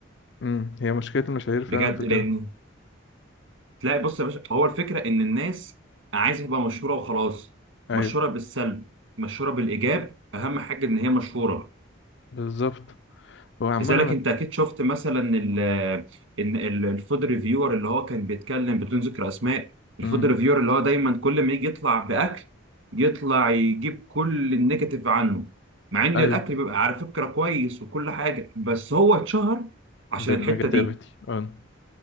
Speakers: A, on the left; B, on the right.
A: امم هي مشكلة المشاهير فعلا
B: بجد
A: في كده
B: لان تلاقي بص يا باشا هو الفكرة ان الناس عايزة تبقى مشهورة وخلاص
A: ايوه
B: مشهورة بالسلب مشهورة بالإيجاب أهم حاجة إن هي مشهورة
A: بالظبط هو عموما
B: لذلك
A: من...
B: انت اكيد شفت مثلا ال ان ال- الفود ريفيور اللي هو كان بيتكلم بدون ذكر اسماء الفود
A: امم
B: ريفيور اللي هو دايما كل ما يجي يطلع باكل يطلع يجيب كل النيجاتيف عنه مع ان
A: ايوه
B: الاكل بيبقى على فكره كويس وكل حاجه بس هو اتشهر عشان
A: بالنيجاتيفيتي
B: الحته دي
A: اه